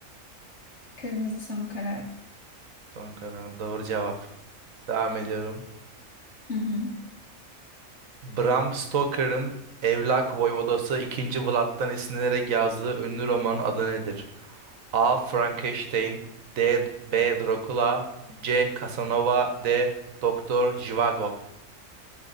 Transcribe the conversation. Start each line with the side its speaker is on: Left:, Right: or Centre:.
Left: Kırmızı son karar.
Right: Son kararın doğru cevap. Devam ediyorum.
Left: Hı hı.
Right: Bram Stoker'ın Evlak Voyvodası ikinci Vlad'dan esinlenerek yazdığı ünlü romanın adı nedir? A. Frankenstein D. B. Dracula C. Casanova D. Doktor Zhivago